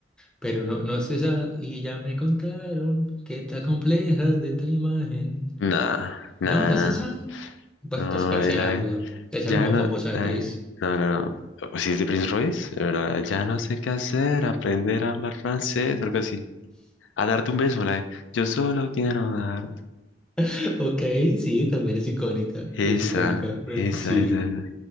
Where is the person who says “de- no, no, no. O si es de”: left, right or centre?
Left